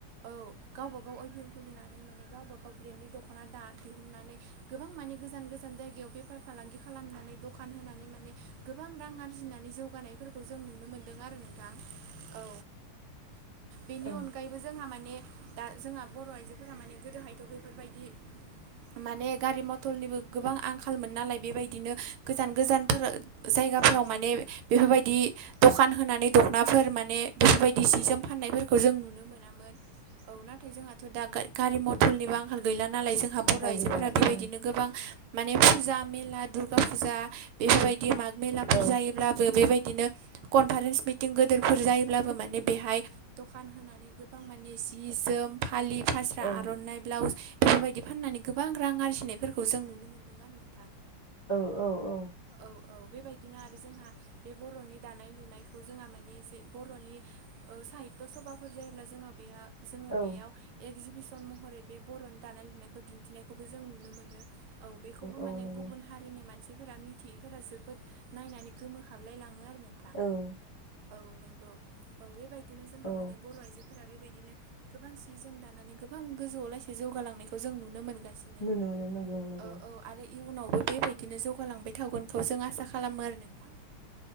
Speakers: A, on the right; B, on the left.
A: औ गावबा गाव अइभिं गुलिनानै माने गावबा गाव ब्रेन्डनि दखना दा-दिहुननानै गोबां माने गोजान गोजान जायगायाव बेफार फालांगि खालामनानै दं। दखान होनानै माने गोबां रां आरजिनानै जौगानाय फोरखौ जों नुनो मोनदों आरो नोंथां औ। बेनि
B: औ
A: अनगायैबो जोंहा माने दा जोंहा बर' आइजोफोरा माने गोदोहायथ' बेफोरबायदि। माने गारि मथरनिबो गोबां आंखालमोन नालाय बेबायदिनो गोजान गोजानफोर जायगाफोराव माने बेफोरबायदि दखान होनानै दख'नाफोर माने बेफोरबायदि जि जोम फाननायफोरखौ जों नुनो मोनामोन। औ नाथाय जोंहाथ' दा गारि मथरनिबो आंखाल गैला नालाय जों हा बर'
B: आंखाल
A: आइजोफोरा
B: गैला
A: बेबायदिनो
B: उम
A: गोबां माने फुजा मेला दुर्गा फुजा बेफोरबायदि दि माग-मेलाफोर
B: औ
A: जायोब्लाबो बेबायदिनो। कनफारेन्स मिटिं गोदोरफोर जायोब्लाबो माने बेहाय दखान होनानै। गोबां माने जि जोम फालि फास्रा
B: औ
A: आर'नाइ ब्लाउस बेफोरबायदि फाननानै गोबां रां आरजिनायफोरखौ जों नुनो मोन्दों आरो नोंथां।
B: औ औ औ
A: औ औ बेबायदिनो आरो जोंहा बे बर'नि दानाय लुनायखौ जोंहा माने जे बर'नि साहित्य सभाफोर जायोब्ला जोंहा बेहा जोङो
B: औ
A: बेयाव एकजिबिसन महरै बे बर'नि दानाय लुनायखौ दिन्थिनायखौबो जों नुनो मोनो। औ बेखौबो
B: औ
A: माने
B: नंगौ
A: गुबुन हारिनि मानसिफोरा मिथियैफोरा जोबोद नायनानै गोमो हाबलाय लाङो आरो नों थां।
B: औ
A: औ नंगौ औ बेबायदिनो जों
B: औ
A: माने बर' आयजो फोरा बेबायदिनो गोबां सि जोम दानानै गोबां गोजौआव लास जौगालांनायखौ जों नुनो मोनगासिनो। बिदिनो
B: नुनो मोनो नंगौ नंगौ
A: औ औ आरो इयुनावबो बेबायदिनो जौगालांबाय। थावगोनखौ जों आसा खालामो आरो नोंथां।